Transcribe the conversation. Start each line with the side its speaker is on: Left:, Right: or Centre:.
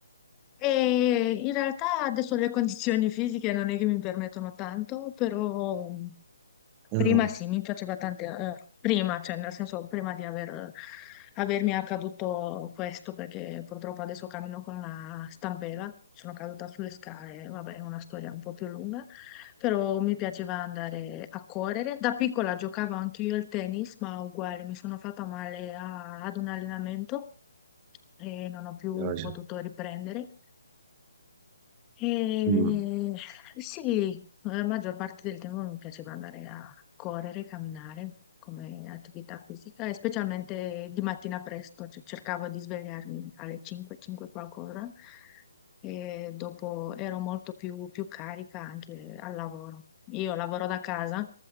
Left: E in realtà adesso le condizioni fisiche non è che mi permettono tanto, però
Right: Ah,
Left: Prima
Right: mi
Left: sì, mi piaceva tante, eh, prima, cioè nel senso prima di aver, avermi accaduto questo, perché purtroppo adesso cammino con la stampella, sono caduta sulle scale, vabbè, è una storia un po' più lunga, però mi piaceva andare a correre. Da piccola giocavo anche io al tennis, ma uguale, mi sono fatta male a- ad un allenamento e non ho più
Right: piace.
Left: potuto riprendere. E
Right: Mm.
Left: sì, la maggior parte del tempo mi piaceva andare a correre, camminare come attività fisica e specialmente di mattina presto, cioè cercavo di svegliarmi alle 5, 5 qualcosa e dopo ero molto più, più carica anche al lavoro. Io lavoro da casa